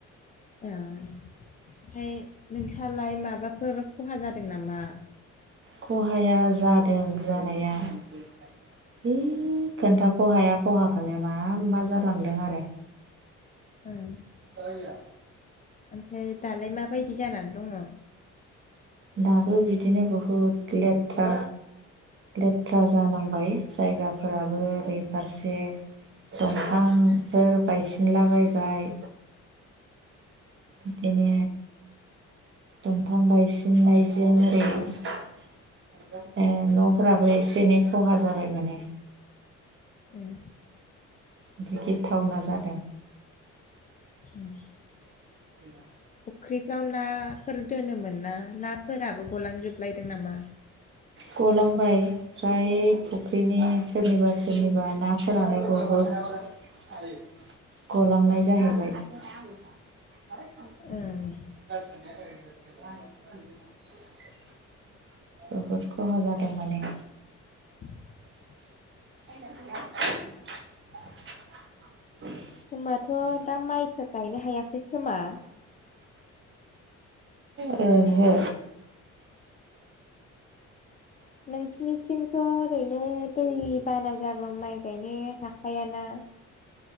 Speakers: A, on the left; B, on the right.
A: ओ ओमफाय नोंसालाय माबाफोर खहा जादों नामा
B: खहाया जादों जानाया है खोन्थाख'हाया खहाखोनो मा मा जालांदों आरो
A: उम,
B: <unintelligible>
A: ओमफ्राय दालाय माबायदि जानानै दङ
B: दाबो बिदिनो बहुद लेथ्रा लेथ्रा जालांबाय जायगाफोराबो ओरै फारसे दंफांफोर बायसिनलाबायबाय बिदिनो दंफां बायसिननायजों ओरै ए न'फोराबो एसे एनै खहा जाबाय माने
A: उम
B: इदि गिथावना जादों
A: उम
B: <unintelligible>
A: फुख्रिफ्राव नाफोर दोनोमोन ना नाफोराबो गलांजोबलायदों नामा
B: गलांबाय फ्राय फुख्रिनि सोरनिबा सोरनिबा नाफोरानो बहद गलांनाय जाहैबाय <unintelligible>
A: उम,
B: बहुत खहा जादों माने
A: <inaudible>
B: <inaudible>
A: होमबाथ' दा माइफोर गायनो हायाखै खोमा
B: ओहो
A: नोंसिनिथिंथ' ओरैनो दै बाना जाबा माइ गायनो हाखायाना